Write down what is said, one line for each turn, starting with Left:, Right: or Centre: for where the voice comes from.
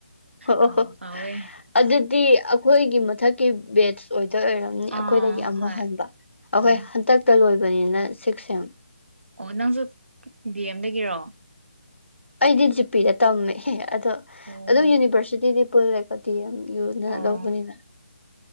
Left: ꯍꯣ
Right: ꯀꯥꯎꯕꯨ
Left: ꯑꯣ ꯍꯣ
Right: ꯀꯥꯎꯋꯦ
Left: ꯑꯗꯨꯗꯤ ꯑꯩꯈꯣꯏꯒꯤ ꯃꯊꯛꯀꯤ ꯕꯦꯠꯁ ꯑꯣꯏꯗ ꯑꯣꯏꯔꯝ ꯃꯤꯑꯩꯈꯣꯏꯗꯒꯤ
Right: ꯑꯥ
Left: ꯑꯃꯨꯛ
Right: ꯍꯣꯏ
Left: ꯍꯟꯕ ꯑꯩꯈꯣꯏ
Right: ꯎꯝ
Left: ꯍꯟꯇꯛꯇ ꯂꯣꯏꯕꯅꯤꯅ ꯁꯤꯛꯁ ꯁꯦꯝ
Right: ꯑꯣ ꯅꯪꯁꯨ ꯗꯤ ꯑꯦꯝꯗꯒꯤꯔꯣ
Left: ꯑꯩꯗꯤ ꯖꯤꯄꯤꯗ ꯇꯝꯃꯦ ꯑꯗꯣ
Right: ꯑꯣ
Left: ꯑꯗꯨꯝ ꯌꯨꯅꯤꯚꯔꯁꯤꯇꯤꯗꯤ ꯄꯨꯜꯂꯦ ꯗꯤꯌꯦꯝ ꯌꯨꯅꯥ
Right: ꯑꯣ
Left: ꯂꯧꯕꯅꯤꯅ